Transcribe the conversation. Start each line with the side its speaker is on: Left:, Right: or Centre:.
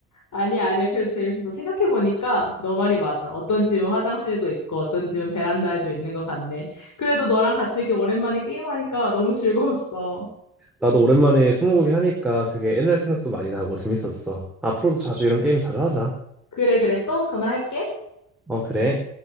Left: 아니야, 아니야. 그래도 재밌어서 생각해보니까 너 말이 맞아. 어떤 집은 화장실에도 있고 어떤 집은 베란다에도 있는 것 같네. 그래도 너랑 같이 이렇게 오랜만에 게임하니까 너무 즐거웠어.
Centre: 나도 오랜만에 스무고개 하니까 되게 옛날 생각도 많이 나고 재밌었어. 앞으로도 자주 이런 게임 자주 하자.
Left: 그래, 그래. 또 전화할게.
Centre: 어, 그래.